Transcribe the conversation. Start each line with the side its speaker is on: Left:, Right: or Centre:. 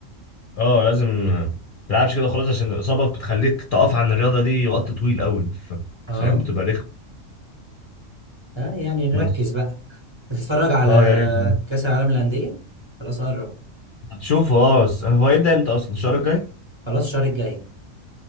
Left: اه اه لازم ما تلعبش كده خلاص عشان الاصابه بتخليك تقف عن الرياضه دي وقت طويل قوي ف-
Right: اه
Left: فاهم بتبقى رخم
Right: آه، يعني نركز
Left: بس
Right: بقى هتتفرج على
Left: اه يا ريت
Right: كأس العالم للأندية خلاص قرب
Left: هتشوف اه بس هو هيبدا امتى اصلا الشهر الجاي
Right: خلاص الشهر الجاي